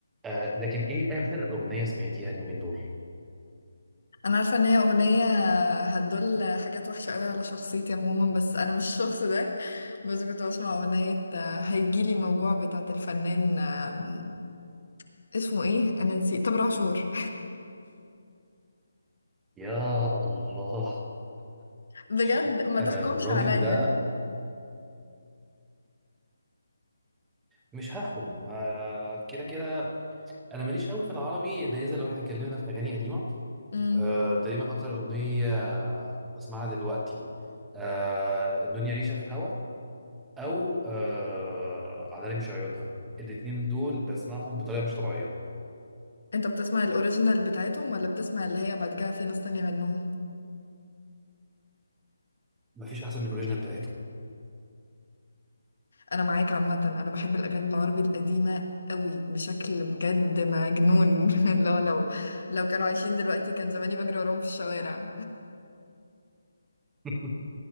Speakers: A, in the centre; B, on the left.
A: آه لكن ايه اخر اغنية سمعتيها اليومين دول
B: انا عارفه ان هي اغنيه هتدل حاجات وحشه قوي على شخصيتي عموما بس انا مش الشخص ده بس كنت بسمع اغنيه آه، هيجيلي موجوع بتاعه الفنان آم، اسمه ايه انا نسيت تامر عاشور
A: يا الله
B: <laughs> بجد
A: <laughs>
B: ما
A: انا
B: تحكمش
A: الراجل
B: عليا
A: ده مش هحكم آه، كده كده انا ماليش قوي في العربي الا اذا لو احنا اتكلمنا في اغاني قديمة
B: امم
A: آه تقريبا اكتر اغنية بسمعها دلوقتي آه الدنيا ريشة في هوا او آه عدالي مش عيونها الاتنين دول بسمعهم بطريقة مش طبيعية
B: انت بتسمع الاوريجينال بتاعتهم ولا بتسمع اللي هي بعد كده في ناس تانية غنوهم
A: مفيش احسن من الاوريجينال بتاعتهم
B: انا معاك عامه انا بحب الاغاني العربي القديمه قوي بشكل بجد مجنون <laughs> لو لو لو كانوا عايشين دلوقتي كان زماني بجري وراهم في الشوارع
A: <laughs>